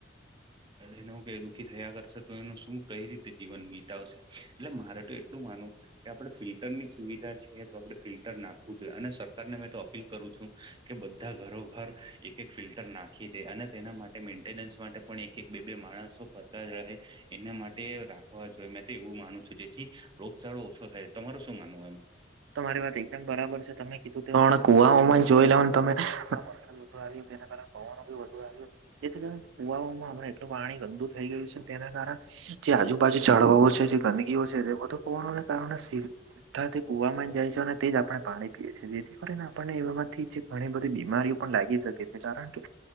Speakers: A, on the right; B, on the right.
A: એનો કે દુઃખી થયા કરશે તો એનું શું કઈ રીતે જીવન વિીતાવશે એટલે મારે તો એટલું માનવું કે આપડણે ફિલ્ટરની સુવિધા છે તો આપડણે ફિલ્ટર નાખવું જોઈએ અને સરકારને મેં તો અપીલ કરું છું કે બધા ઘરો ઘર એક એક ફિલ્ટર નાખી દે અને તેના માટે મેન્ટેનન્સ માટે પણ એક એક બે બે માણસો બલા જ રહે એના માટે રાખવા જોઈએ મેં તો એવું માનું છું જેથી રોગચાળો ઓછો થાય. તમારું શું માનવું એમાં?
B: તો મારી વાત એકદમ બરાબર છે તમે કીધું ત કુવા હોમાં જોઈ લોને તમે વરસાદ વધુ આવ તેના કારણે પવનો બી વધુ આવ્યો. જેથી કરી કુવામાં અમ એટલું પાણી ગંદુ થઈ ગયું છે તેના કારણે જે આજુબાજુ ઝાડવા ઓ છે જે ગંદકીઓ છે એ બધુ કુવાઓ ના કારણે સીધા કુવાવામાં જાય છે અને તે જ આપણે પાણી પીએ છીએ જેથી કરીને આપણને એમાંથી ઘણી બધી બીમારીઓ પણ લાગી શકે કારણ કે